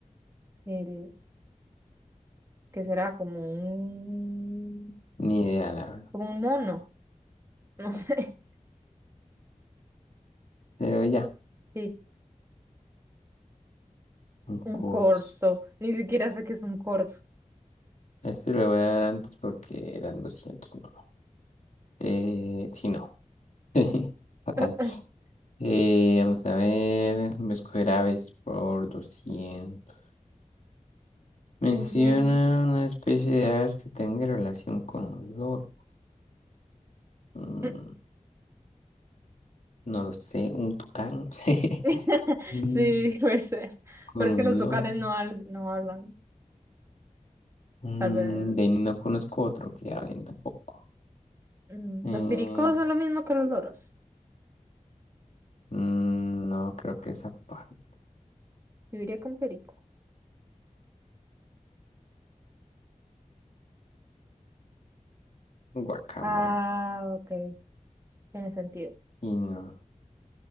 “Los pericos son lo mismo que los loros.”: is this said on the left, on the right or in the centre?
Right